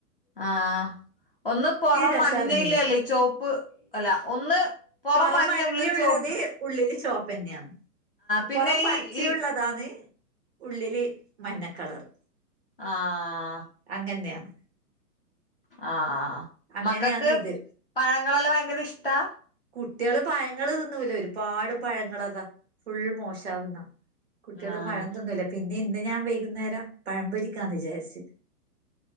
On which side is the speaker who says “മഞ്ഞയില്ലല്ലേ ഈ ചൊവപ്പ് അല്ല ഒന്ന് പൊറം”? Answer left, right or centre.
Left